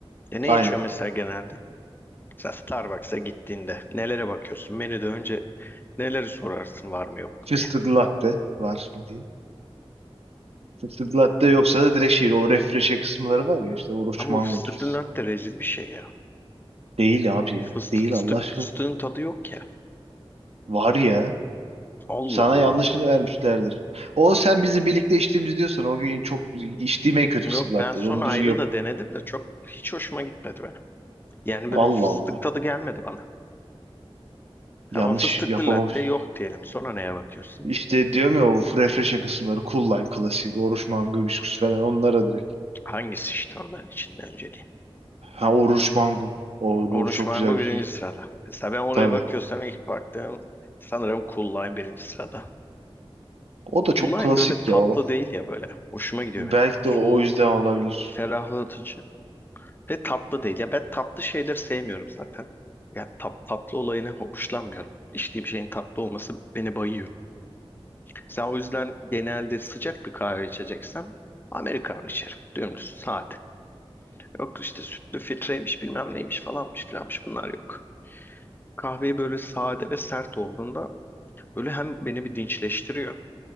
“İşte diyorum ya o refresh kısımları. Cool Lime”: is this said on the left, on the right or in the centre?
Right